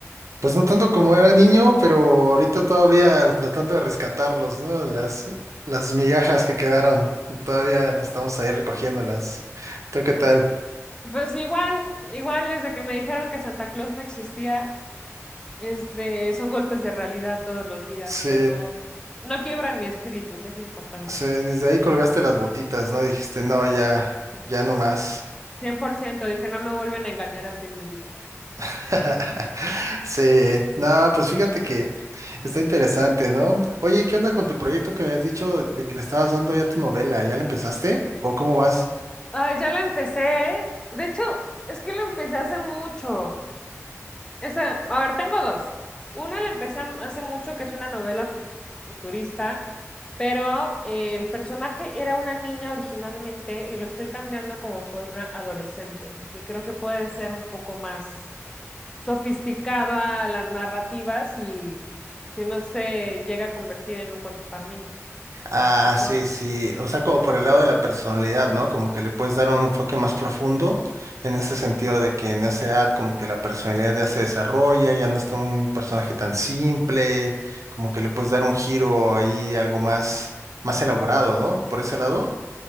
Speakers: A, on the right (about 80°); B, on the left (about 15°).
A: Pues no tanto como era niño, pero ahorita todavía tratando de rescatarlos, ¿no? Las, las migajas que quedaron, todavía estamos ahí recogiéndolas. ¿Tú qué tal?
B: Pues igual, igual desde que me dijeron que Santa Claus no existía, este, son golpes de realidad todos los días,
A: Sí,
B: pero no quiebran mi espíritu, que es lo importante.
A: sí, desde ahí colgaste las botitas, ¿no? Dijiste, no, ya, ya no más.
B: 100%, dije, no me vuelven a engañar así en mi vida.
A: <laughs> Sí, no, pues fíjate que está interesante, ¿no? Oye, ¿qué onda con tu proyecto que me has dicho de que le estabas dando ya tu novela? ¿Ya la empezaste? ¿O cómo vas?
B: Ay, ya la empecé. De hecho, es que la empecé hace mucho. Esa, a ver, tengo dos. Una la empecé hace mucho, que es una novela fut- futurista, pero eh, el personaje era una niña originalmente y lo estoy cambiando como por una adolescente, porque creo que puede ser un poco más sofisticada la narrativa si, si no se llega a convertir en un cuento para niños.
A: Ah,
B: ¿Me explico?
A: sí, sí, o sea, como por el lado de la personalidad, ¿no? Como que le puedes dar un enfoque más profundo en ese sentido de que en esa edad como que la personalidad ya se desarrolla, ya no es un personaje tan simple, como que le puedes dar un giro ahí, algo más, más elaborado, ¿no? Por ese lado.